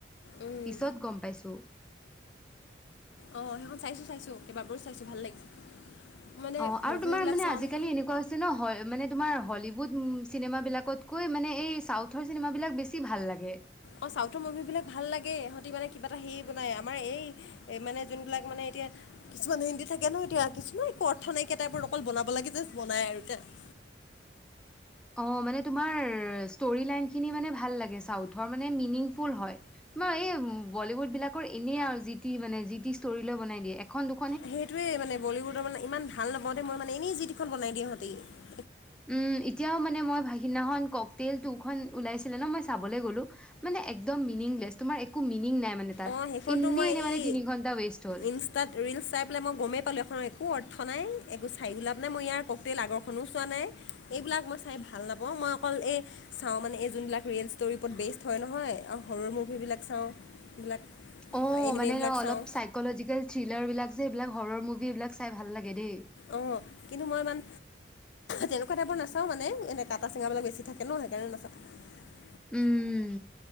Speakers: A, on the left; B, in the centre.
A: উম,
B: পিছত গম পাইছোঁ।
A: অহ, সেইখন চাইছোঁ -চাইছোঁ কেইবাবাৰো চাইছোঁ ভাল লাগিছে। মানে
B: অ', আৰু
A: মুভিবিলাক
B: তোমাৰ মানে
A: চাওঁ
B: আজিকালি
A: ন,
B: এনেকুৱা হৈছে ন'হয় মানে তোমাৰ হলিউড চিনেমা বিলাকতকৈ মানে এই চাউথৰ চিনেমা বিলাক বেছি ভাল লাগে।
A: অহ, চাউথৰ মুভি বিলাক ভাল লাগে সিহঁতি মানে কিবা এটা হেৰি বনাই আমাৰ এই মানে যোন বিলাক মানে এতিয়া কিছুমান হিন্দী থাকে ন'এতিয়া কিছুমান একো অৰ্থ নাইকিয়া টাইপৰ অকল বনাব লাগে যে বনাই আৰু এতিয়া। <inaudible>
B: অ', মানে তোমাৰ ষ্টৰি নাইন খিনি মানে ভাল লাগে মিনিংফুল হয়। তোমাৰ এই বলিউড বিলাকৰ এনেই আৰু যিটি, - যিটি ষ্টৰি লৈ বনাই দিয়ে এখন, দুখন
A: সেইটোৱে মানে বলীউডৰ মানে ইমান ভাল নাপওঁতে মই মানে এনেই যি তি খন বনাই দিয়ে সিহঁতে।
B: উম, এতিয়াও মানে মই ভাসিনাখন ককটেল টুখন ওলাইছিলে ন' মই চাবলে গলো মানে একদম মিনিংলেছ তোমাৰ একো মিনিং নাই। মানে তাত
A: অহ, সেইখনতো
B: এনেই
A: মই
B: এনে মানে
A: এই
B: তিনি ঘন্টা ৱেষ্ট হ'ল
A: ইনষ্টাত ৰিলচ চাই পেলাই মই গমেই পালো সেইখন একো অৰ নাই একো চাই লাভ নাই মই ইয়াৰ ককতেল আগৰখনো চোৱা নাই এইবিলাক মই চাই ভাল নাপাওঁ মই অকল এই চাওঁ মানে এই যোনবিলাক ৰিয়েল ষ্টৰি ওপৰত বেষ্ট হয় নহয় আৰু হৰৰ মুভিবিলাক চাওঁ। এইবিলাক
B: অ',
A: এনিমেবিলাক
B: মানে ন' অলপ
A: চাওঁ
B: চাইকলজিকেল থ্ৰিলাৰ বিলাক যে এইবিলাক হৰৰ মুভি এইবিলাক চাই ভাল লাগে দেই।
A: অ', কিন্তু মই ইমান তেনেকোৱা টাইপৰ নাচাও মানে এনে কাটা চিঙাবিলাক বেছি থাকে। <unintelligible>
B: উম।